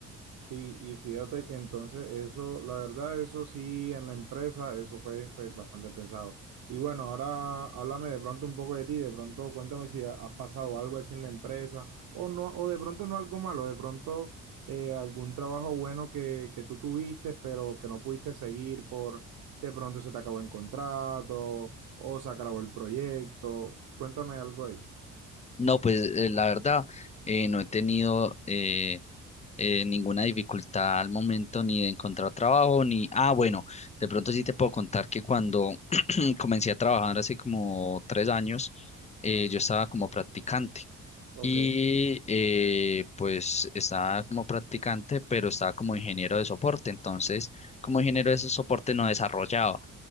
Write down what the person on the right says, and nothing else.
Sí, y fíjate que entonces eso, la verdad, eso sí, en la empresa, eso fue pues, bastante pesado. Y bueno, ahora háblame de pronto un poco de ti, de pronto cuéntame si ha- has pasado algo así en la empresa, o no, o de pronto no algo malo, de pronto eh, algún trabajo bueno que, que tú tuviste, pero que no pudiste seguir por, de pronto se te acabó el contrato, o se acabó el proyecto. Cuéntame algo ahí.
Ok,